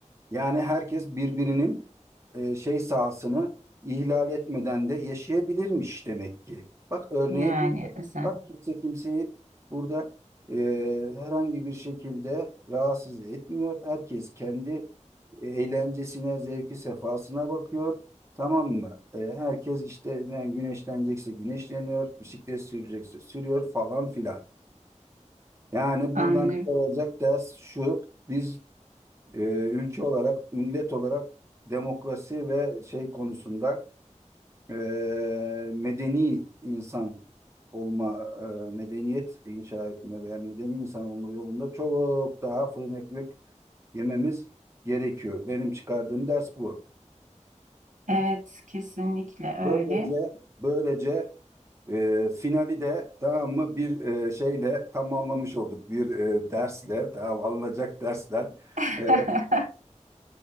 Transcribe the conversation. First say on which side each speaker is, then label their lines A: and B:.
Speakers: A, on the right; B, on the right.
A: Yani herkes birbirinin e, şey sahasını ihlal etmeden de yaşayabilirmiş demek ki. Bak örneğe
B: Yani
A: burada.
B: sen
A: Bak kimse kimseyi burada e, herhangi bir şekilde rahatsız etmiyor. Herkes kendi eğlencesine, zevki, sefasına bakıyor. Tamam mı? E, herkes işte yani güneşlenecekse güneşleniyor, bisiklet sürecekse sürüyor falan filan. Yani
B: anlıyorum.
A: buradan çıkarılacak ders şu. Biz e, ülke olarak, millet olarak demokrasi ve şey konusunda e, medeni insan olma, e, medeniyet inşa etme veya medeni insan olma yolunda çok daha fırın ekmek yememiz gerekiyor. Benim çıkardığım ders bu.
B: Evet kesinlikle öyle.
A: Böylece böylece e, finali de tamam mı bir e, şeyle tamamlamış olduk. Bir e, dersle tamam alınacak dersler.
B: <laughs>
A: e,